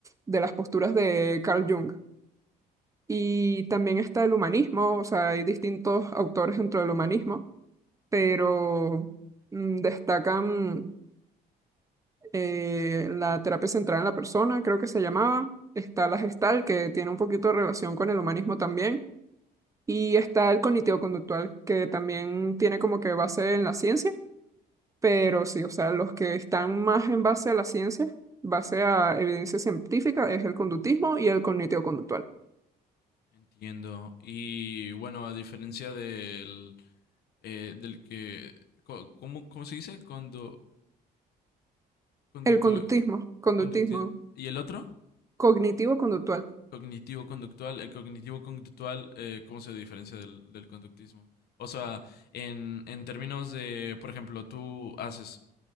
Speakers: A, on the right; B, on the left.
A: de las posturas de Carl Jung. Y también está el humanismo, o sea, hay distintos autores dentro del humanismo, pero mm, destacan eh, la terapia central en la persona, creo que se llamaba. Está la gestal, que tiene un poquito de relación con el humanismo también. Y está el cognitivo-conductual, que también tiene como que base en la ciencia. Pero sí, o sea, los que están más en base a la ciencia, base a evidencia científica, es el conductismo y el cognitivo-conductual.
B: entiendo. Y bueno, a diferencia del, eh, del que, co- ¿cómo, cómo se dice? Condo, conductu,
A: El conductismo, conductismo,
B: conducti- ¿y el otro?
A: cognitivo-conductual.
B: Cognitivo-conductual. El cognitivo-conductual, eh, ¿cómo se diferencia del, del conductismo? O sea, en, en términos de, por ejemplo, tú haces